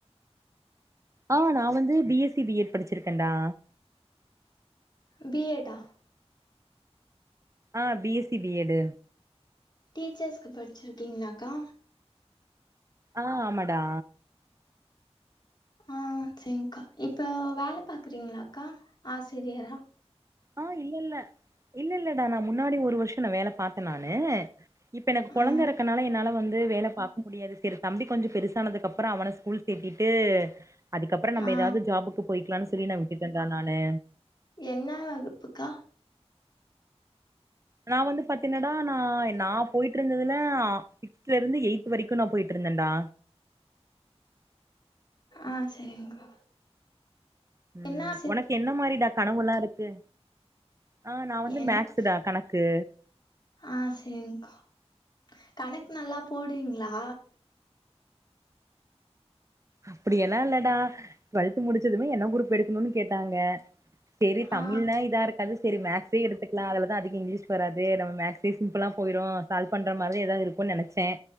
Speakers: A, on the right (about 25°); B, on the left (about 40°).
A: ஆ நா வந்து B S C B Ed படிச்சிருக்கேன்டா
B: பி எட் ஆ
A: ஆ B S C B Ed
B: டீச்சர்ஸ்க்கு படிச்சிருக்கீங்களாக்கா
A: ஆ ஆமாடா
B: ஆ சரிங்கா இப்ப வேல பாக்குறீங்களாக்கா ஆசிரியரா
A: ஆ இல்ல இல்ல இல்ல இல்லடா நா முன்னாடி ஒரு வருஷொ நா வேல பாத்தே நானு இப்ப எனக்கு
B: ஆ
A: கொழந்தை இருக்கனால என்னால வந் து வேல பாக்க முடியாது செரி தம்பி கொஞ்ச பெருசானதுக்குப்புற அவன ஸ்கூல் சேத்திட்டு அதுக்கப்புறொ நம்ம
B: ஆ
A: ஏதாவது ஜாபுக்கு போய்க்கலானு சொல்லி நா விட்டுட்டண்டா நானு
B: என்ன வகுப்புக்கா
A: நா வந்து பாத்தீன்னடா நா நா போயிட்டு இருந்ததுல ஆ சிக்ஸ்த்ல இருந்து எய்த் வரைக்கு நா போயிட்டு இருந்தேன்டா
B: ஆ சரிங்க்கா
A: ம்
B: என்ன ஆசி
A: உனக்கு என்ன மாரிடா கனவுல்லா இருக்கு ஆ நா வந்து
B: எனக்கு
A: மேக்ஸ்டா கணக்கு
B: ஆ செரிங்க்கா கணக்கு நல்லா போடுவீங்களா
A: அப்டி எல்லா இல்லடா டுவெல்த் முடிச்சதுமே என்ன குரூப் எடுக்கணும்னு கேட்டாங்க சேரி தமிழ்னா
B: ஆ
A: இதா இருக்காது சேரி மேக்ஸ் ஸே எடுத்துக்கலா அதுலதா அதிக இங்கிலிஷ் வராது நம்ம மேக்ஸே சிம்பிளா போயிரு சால்வ் பண்ற மாரி ஏதாவது இருக்கும்ன்னு நனச்சே